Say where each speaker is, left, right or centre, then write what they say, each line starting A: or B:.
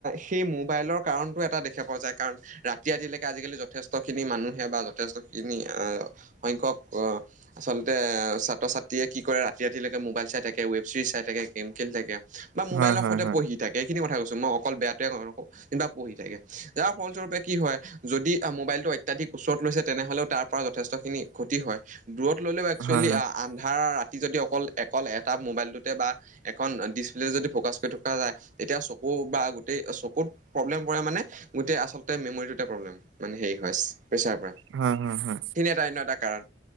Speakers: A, on the right; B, on the right.
A: সেই মোবাইলৰ কাৰণটো এটা দেখা পোৱা যায়, কাৰণ ৰাতি ৰাতিলৈকে আজিকালি যথেষ্ট খিনি মানুহে বা যথেষ্ট খিনি আহ সংখ্যক আহ আচলতে ছাত্ৰ-ছাত্ৰীয়ে কি কৰে ৰাতি ৰাতিলৈকে মোবাইল চাই থাকে ৱেব ছিৰিজ চাই থাকে গেম খেল থাকে বা মোবাইলৰ
B: হয় হয়
A: সৈতে
B: হয়
A: পঢ়ি থাকে এইখিনি কথা কৈছো মই অকল বেয়াটোৱো পঢ়ি থাকে যাৰ ফলস্বৰূপে কি হয় যদি মোবাইলটো অত্যাধিক ওচৰত লৈছে তেনেহ'লে তাৰ পৰা যথেষ্ট খিনি ক্ষতি হয়, দূৰত লৈলেও একচুৱেলী
B: হয়
A: আন্ধাৰ ৰাতি যদি অকল অকল এটা মোবাইলটোতে বা এখন ডিচপ্লে যদি ফ'কাচ কৰি থকা যায়। তেতিয়া চকু বা গোটেই চকুত প্ৰব্লেম পৰে মানে গোটেই আচলতে মেমৰীটো প্ৰব্লেম মানে হেৰি হয়, প্ৰেছাৰ পৰে।
B: হম, হু, হু।
A: এটা অন্য এটা কাৰণ,